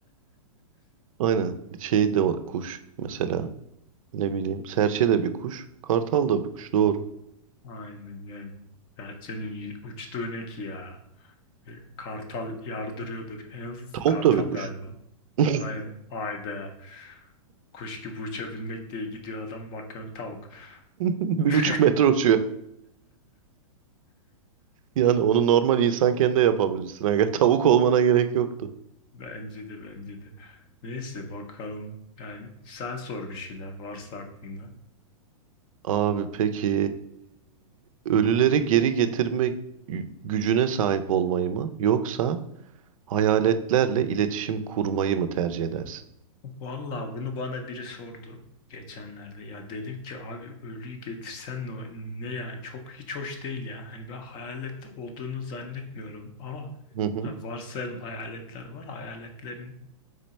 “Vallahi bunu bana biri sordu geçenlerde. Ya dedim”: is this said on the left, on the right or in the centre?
Left